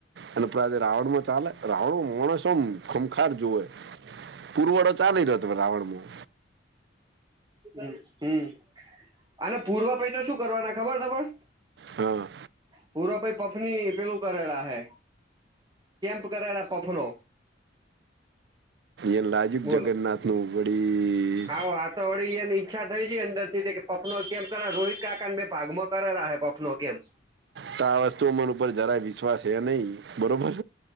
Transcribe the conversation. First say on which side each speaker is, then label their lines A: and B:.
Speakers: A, on the right (about 60°); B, on the right (about 20°).
A: અને <unintelligible> રાવણમાં ચાલે? રાવણમાં માણસ આમ ખમખાર જોવે. પુરવડો ચાલી રહ્યો તો રાવણમાં.
B: હમ્મ-હમ્મ. અને પૂરવાભાઈ તો શું કરવાના ખબર તમન?
A: હા
B: પૂરવા ભાઈ પફની પહેલું કરેલા હે, કેમ્પ કરેલા પફનો.
A: એ લાગ્યું
B: બોલો
A: જગન્નાથ નું વડી
B: આવો આ તો વડી એની ઈચ્છા થઈ છે અંદરથી તે કે પફ નો જ કેમ્પ કરા. રોહિત કાકાન બે ભાગ માં કરે રહા હે પફનો કેમ્પ.
A: તો આ વસ્તુ મન ઉપર જરાય વિશ્વાસ હે નહીં. બરોબર?